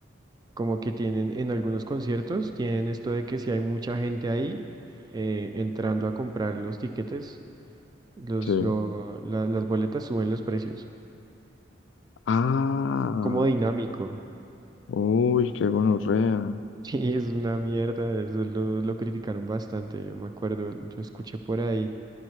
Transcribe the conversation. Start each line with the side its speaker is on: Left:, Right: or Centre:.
Right: como que tienen en algunos conciertos, tienen esto de que si hay mucha gente ahí eh, entrando a comprar los tiquetes, los,
Left: Sí.
Right: lo- la- las boletas suben los precios.
Left: Ah,
Right: Como dinámico.
Left: uy, qué gonorrea.
Right: Sí, es una mierda, eso lo, lo criticaron bastante, yo me acuerdo, yo escuché por ahí,